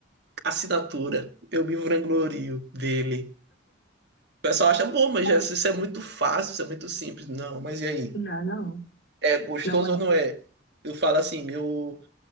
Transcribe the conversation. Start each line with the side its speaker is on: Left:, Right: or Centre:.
Right: assinatura. Eu me vanglorio dele. O pessoal acha, bom, mas
Left: Não,
Right: Jesus, isso é muito fácil, isso é muito simples. Não, mas e aí?
Left: não, não.
Right: É gostoso
Left: Não é.
Right: ou não é? Eu falo assim, meu.